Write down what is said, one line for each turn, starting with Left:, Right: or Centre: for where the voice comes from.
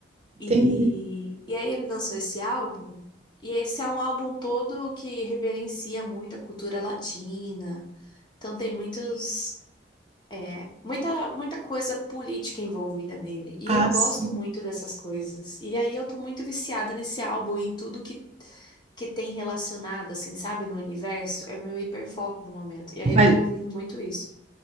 Right: Entendi.
Left: E, e aí ele lançou esse álbum e esse é um álbum todo que reverencia muito a cultura latina. Então tem muitos É, muita, muita coisa política envolvida nele. E
Right: Ah,
Left: eu gosto
Right: sim.
Left: muito dessas coisas. E aí eu tô muito viciada nesse álbum e em tudo que, que tem relacionado, assim, sabe, no universo. É meu hiperfoco no momento. E aí
Right: Mas
Left: eu tô ouvindo muito isso.